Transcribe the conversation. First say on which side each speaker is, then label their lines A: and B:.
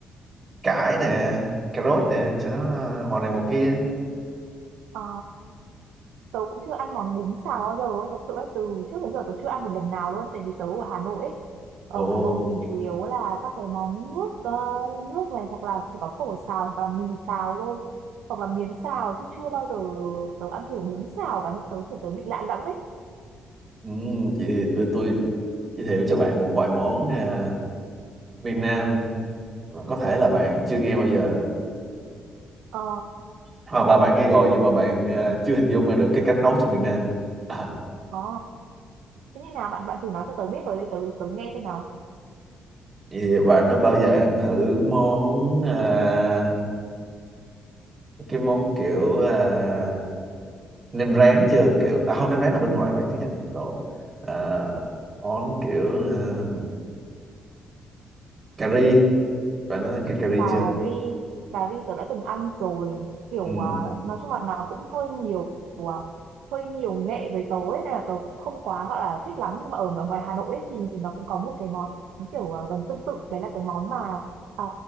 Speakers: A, on the right; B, on the right.
A: cải nè cà rốt nè cho nó màu này màu kia
B: cơ? tớ cũng chưa ăn món bún xào bao giờ ấy. thật sự ấy từ trước đến giờ tớ chưa ăn một lần nào luôn ấy. tại vì tớ ở Hà Nội ấy ở
A: Ồ,
B: Hà Nội thì chủ yếu là các cái món nước ờ, nước này hoặc là chỉ có phở xào hoặc là mì xào thôi hoặc là miến xào chứ chưa bao giờ tớ ăn thử bún xào cả nên tớ thì tớ bị lạ lẫm ấy
A: ừm, vậy thì để tôi giới thiệu cho bạn một vài món à, miền Nam mà có thể là bạn chưa nghe bao giờ
B: ờ
A: hoặc là bạn nghe rồi nhưng mà bạn à, chưa hình dung ra được cái cách nấu trong miền Nam. À,
B: ờ thế như nào bạn bạn thử nói cho tớ biết rồi để tớ tớ nghe xem nào
A: vậy thì bạn đã bao giờ ăn thử món à, cái món kiểu à, nem rán chưa kiểu à không nem rán là bên ngoài vậy chứ nhỉ lộn Ờ, món kiểu ờ, cà ri bạn nói cái cà ri
B: cà
A: chưa
B: ri cà ri tớ đã từng ăn rồi kiểu
A: ừ
B: à, nói chung là nó cũng hơi nhiều à, hơi nhiều nghệ với tớ ấy nên là tớ cũng không quá gọi là thích lắm nhưng mà ở ngo- ngoài Hà Nội ấy, thì nó cũng có một cái món kiểu à, gần tương tự đấy là cái món mà à,